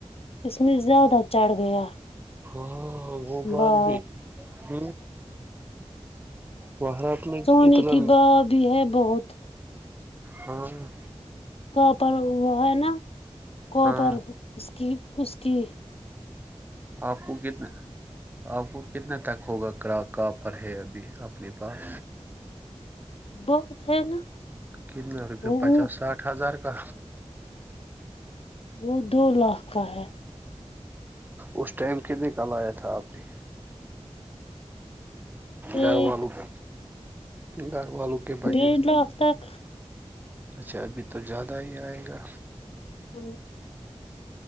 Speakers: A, on the left (about 60°); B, on the right (about 15°).
A: اس میں زیادہ چھ گیا
B: ہاں وہ بات
A: باؤ
B: بھی ہ وہاں اتنا
A: سونے
B: اتنا
A: کی بھا بھی ہے بہت
B: ہم
A: کاپر وہ ہے نا کاپر
B: ہاں
A: اس کی اس کیی
B: آپ کو کتنا آپ کو کتنے تک ہوگا کہاں پر ہے ابھی اپنے پاس
A: بہت ہے نا
B: کتنا روپئے
A: وہ
B: پچاس ساٹھ ہزار کا
A: وہ دو لاکھ کا ہے
B: اس ٹائم کے ن کال آیا تھا آپ نے گھر
A: ایک
B: والوں کا گھر والوں کے بجیر
A: ڈیڑھ لاکھ تک
B: اچھا ابھی تو زیادہ ہی آئے گا
A: ہاں